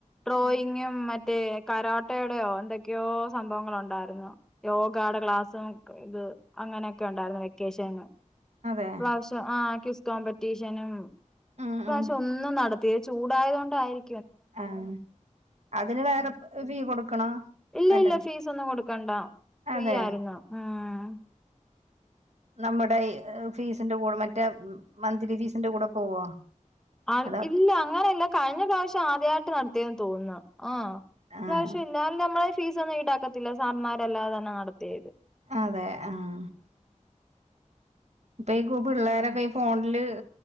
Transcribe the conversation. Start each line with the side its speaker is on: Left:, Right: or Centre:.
Centre: ഡ്രോയിങ്ങും
Right: ഉം
Centre: മറ്റ മറ്റേ കരോട്ടയുടെയോ എന്തൊക്കെയോ സംഭവങ്ങള ഉണ്ടായിരുന്നു യോഗയുടെ ക്ലാസ്സും ഇത് അങ്ങനെയൊക്കെണ്ടാര്ന്നു വെക്കേഷന്
Right: അതെ
Centre: പ്രാവശ്യംആഹ്ക്യൂസ് കോമ്പറ്റീഷനുംപ്രാവശ്യംഒന്നുംനട
Right: ആഹ് ആഹ്
Centre: ത്തിയ ചൂടായതൊണ്ടായിരി
Right: ആഹ് അതിന് വേറെ ഫീ കൊടുക്കണോ
Centre: ഇല്ലല്ല
Right: വേണ്ടേ
Centre: ഫീസൊന്നും കൊടുക്കണ്ട ഫ്രീ
Right: അതെ
Centre: ആയിരുന്നു ആഹ്
Right: നമ്മുടെ ബഫീസിന്റെ കൂടെ മറ്റേ മന്ത്ലി ഫീസിന്റെ കൂടെ പോവോ
Centre: ആഹ്
Right: അതോ
Centre: ഇല്ല അങ്ങനെയില്ല കഴിഞ്ഞ പ്രാവശ്യംആദ്യയിട്ട് നടത്തിയെന്ന് തോന്നുന്നു ആഹ് ഇപ്രാവിശ്
Right: ആഹ്
Centre: ഇല്ലല്ല നമ്മളെ ഫീസൊന്നും ഈടാക്കത്തില്ല സാർന്മാർ അല്ലാതെ തന്നെ നടത്തിയത്
Right: അതെ ആഹ് ഇപ്പ ഈ പിള്ളോരൊക്കെ
Centre: ഉം
Right: ഈ ഫോണില്